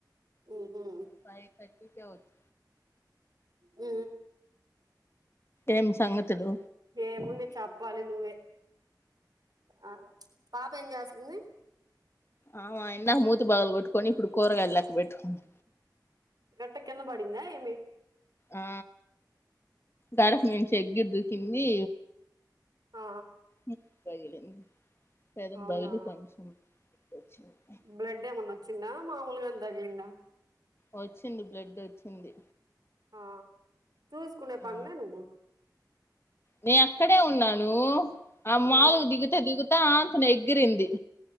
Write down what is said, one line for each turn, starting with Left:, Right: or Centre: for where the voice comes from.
Right: ఊహు
Left: ఫైవ్ థర్టీ కె ఒచ్
Right: ఊ
Left: ఏం సంగతులు
Right: ఏముంది చెప్పాలి నువ్వే ఆ పాప ఏం చేస్తుంది
Left: ఆమా ఇందాక మూతి పగల కొట్టుకొని ఇప్పుడు కూరగాయలు లెక్క పెట్టుకుంట్
Right: ఎట్ట కింద పడిందా ఏమి
Left: ఆ గడప నుంచి ఎక్కి దూకింది
Right: ఆ
Left: ముక్ పగిలింది పెదం
Right: అవునా
Left: బగిలి కొంచెం వచ్చింది
Right: బ్లెడ్ ఏమన్న వచ్చిందా మామూలుగానె తగిలిందా
Left: వచ్చింది బ్లడ్ వచ్చింది
Right: ఆ చూసుకునే పన్లె
Left: ఆ
Right: నువ్వు
Left: నే అక్కడే ఉన్నానూ ఆమ్ మామూల్గా
Right: ఉమ్
Left: దిగుతా దిగుతా ఆంతను ఎగిరింది